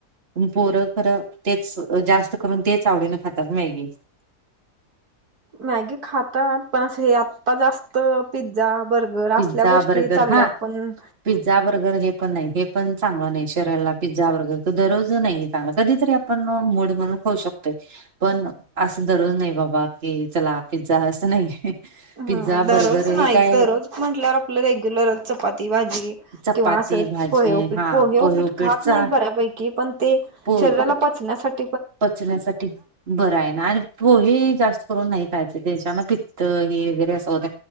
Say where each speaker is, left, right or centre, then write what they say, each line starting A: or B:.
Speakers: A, on the right; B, on the right.
A: पोरं खरं तेच जास्त करून तेच आवडीनं खातात मॅगी.
B: मॅगी खातात पण असं हे आत्ता जास्त पिझ्झा, बर्गर,
A: पिझ्झा
B: असल्या गोष्टी
A: बर्गर
B: चालल्यात
A: हा
B: पण
A: पिझ्झा, बर्गर हे पण नाही, हे पण चांगलं नाही शरीयला पिझ्झा बर्गर क दररोज नाही चांगलं कधीतरी आपण पण मड म्हणून होऊ शकतो पण असं दररोज नाही बाबा की चला पिझ्झा असं नाही. पिझ्झा
B: हा दररोज
A: बर्गर हे
B: नाही
A: काय
B: दररोज म्हटल्या आपलं रेग्युलरच चपाती भाजी.
A: चपाती
B: किंवा अस
A: भाजी
B: पोहे उपीट,
A: हा
B: पोहे उपीट
A: उपीटचा
B: खात नाही बऱ्यापैकी पण ते
A: पो
B: शरीराला पच ण्यासाठी
A: पचण्यासाठी. बरं आहे ना आणि पोहे जास्त करून नाही खायच त्यांच्यान पित्त ही वगैरे असं होत.